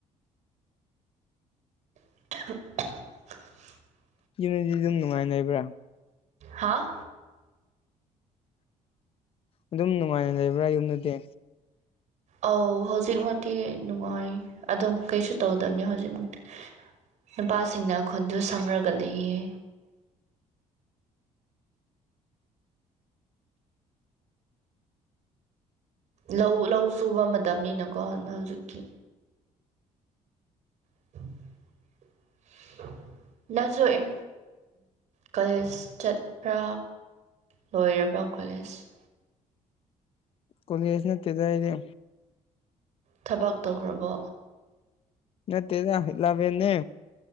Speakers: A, on the right; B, on the left.
A: <inaudible>
B: ꯌꯅꯗꯤ ꯑꯗꯨꯝ ꯅꯨꯡꯉꯥꯏ ꯂꯩꯕ꯭ꯔꯥ
A: ꯍꯥꯥ
B: ꯑꯗꯨꯝ ꯅꯨꯡꯉꯥꯏꯅ ꯂꯩꯕ꯭ꯔꯥ ꯌꯨꯝꯗꯗꯤ
A: ꯑꯧ ꯍꯧꯖꯤꯛꯃꯛꯇꯤ ꯅꯨꯡꯉꯥꯏ ꯑꯗꯨꯝ ꯀꯩꯁꯨ ꯇꯧꯗꯕꯅꯦ ꯍꯧꯖꯤꯛꯃꯛꯇꯤ ꯅꯨꯄꯥꯁꯤꯡꯅ ꯈꯨꯟꯗꯨ ꯁꯪꯔꯒ ꯂꯩꯌꯦ ꯂꯧ ꯂꯧ ꯁꯨꯕ ꯃꯇꯝꯅꯤꯅꯀꯣ ꯍꯧꯖꯤꯛꯀꯤ <inaudible> ꯅꯪꯁꯨ ꯏꯝ ꯀꯣꯂꯦꯖ ꯆꯠꯄ꯭ꯔꯥ ꯂꯣꯏꯔꯕ꯭ꯔꯥ ꯀꯣꯂꯦꯁ
B: ꯀꯣꯂꯦꯖ ꯅꯠꯇꯦꯗꯥ ꯑꯩꯗꯤ
A: ꯊꯕꯛ ꯇꯧꯈ꯭ꯔꯕꯣ
B: ꯅꯠꯇꯦꯗꯥ ꯏꯂꯥꯕꯦꯟꯅꯦ